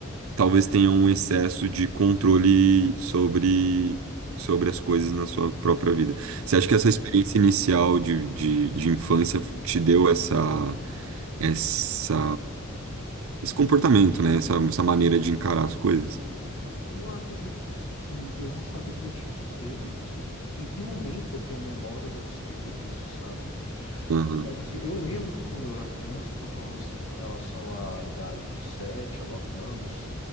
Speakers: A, on the right (about 70°); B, on the left (about 65°).
A: talvez tenha um excesso de controle sobre, sobre as coisas na sua própria vida. Você
B: Uhum.
A: acha que essa experiência inicial de, de, de infância te deu essa, essa, esse comportamento, né? Essa, essa maneira de encarar as coisas?
B: Eu acredito que sim. Eu não saberia te dizer em que, em que momento eu tenho memórias a respeito disso, sabe?
A: Aham,
B: Mas assim, eu lembro que quando eu era criança, eu tô falando assim com relação à idade de 7 a 9 anos.